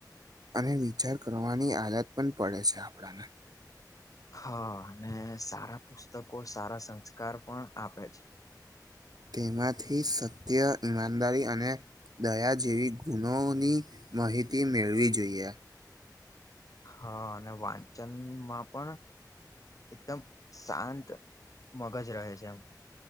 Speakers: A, on the right (about 65°); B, on the left (about 50°).
A: અને વિચાર કરવાની આાલત પણ પડે છે. આપણાને
B: હા અને સારા પુસ્તકો સારા સંસ્કાર પણ આપે છે.
A: તેમાંથી સત્ય ઈમાનદારી અને દયા જેવી ગુણોની માહિતી મેળવી જોઈએ.
B: હા અને વાંચન માં પણ એકદમ શાંત મગજ રહે છે. એમ